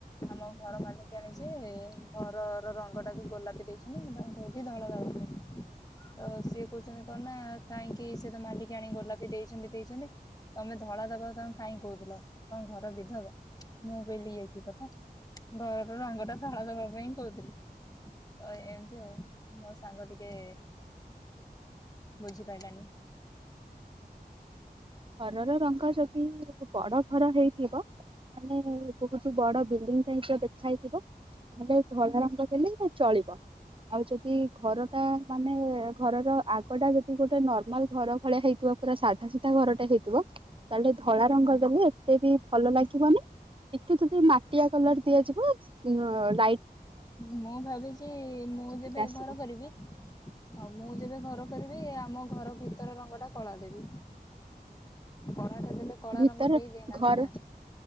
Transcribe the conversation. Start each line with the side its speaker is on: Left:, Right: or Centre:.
Left: ଆମ ଘର ମାଲିକଆଣି ଜି ଘରର ରଙ୍ଗ ଟାକୁ ଗୋଲାପୀ ଦେଇଛି ମୁଁ ତାଙ୍କୁ କହିବି ଧଳା ଦବା ପାଇଁ। ତ ସିଏ କହୁଛନ୍ତି କଣ ନା କାହିଁକି ସେ ତ ମାଲିକ ଆଣ ଗୋଲାପୀ ଦେଇଛନ୍ତି ଦେଇଛନ୍ତି ତମେ ଧଳା ଦବା ତମ କାଇହିଁକ କହୁଥିଲ ତ ଘର ବିଧବା ମୁଁ କହିଲି ଇ କି କଥା ଘରର ରଙ୍ଗ ଟା ଧଳା ଦବା ପାଇଁ କହୁଥିଲି ତ ଏମିତି ଆଉ ମୋ ସାଙ୍ଗ ଟିକେ ବୁଝିପାଇଲାନି।
Right: ଘରର ରଙ୍ଗ ଯଦି ବଡ ଘର ହେଇ ଥିବ ମାନେ ବହୁତ ବଡ଼ ବିଲ୍ଡିଂ ଯାଇ ଦେଖାହେଇଥିବ। ତାହେଲେ ଧଳ ରଙ୍ଗଦଲେ ଚଳିବ ଆଉ ଯଦି ଘର ଟା ମାନେ ଘରର ଆଗଟା ଯଦି ଗୋଟେ ନର୍ମାଲ ଘର ଭଳିଆ ହେଇଥଥିବା। ପୁରା ସାଧା ସିଧା ଘର ହେଇଥିବ ତାହେଲେ ଧଳା ରଙ୍ଗ
Left: ହଁ
Right: ଦେଲେ ଏତେ ବି ଭଲ ଲାଗିବନି ଟିକେ ଯଦି ମାଟିଆ କଲର ଦିଆଯିବ ଅ
Left: ମୁଁ ଭାବିଛି ମୁଁ ଯେବେ
Right: ଏଇଟା ଆସିବ
Left: ଘର କରିବି ଆଉ ମୁଁ ଯେବେ ଘର। କରିବି ଆମ ଘର ଭିତର ରଙ୍ଗ ଟା କଳା ଦେବି। କଳା ଟା ଦେଲେ କଳା
Right: ଭିତରେ
Left: ରଙ୍ଗ କେହି ଦେଇନାହାନ୍ତି
Right: ଘର
Left: ନା।